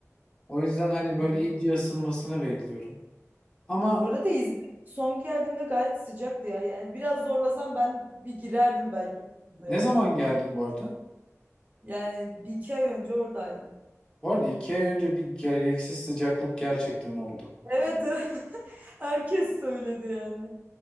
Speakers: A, on the left; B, on the right.
A: O yüzden hani böyle
B: Hı hı.
A: iyice ısınmasını bekliyorum. Ama
B: Bu arada İzmir son geldiğimde gayet sıcaktı ya. Yani biraz zorlasam ben bir girerdim belki denize
A: ne
B: yani.
A: zaman geldim bu arada?
B: Yani bir iki ay önce oradaydım.
A: Bu arada iki ay önce bir gereksiz sıcaklık gerçekten oldu.
B: Evet, <laughs> herkes söyledi yani.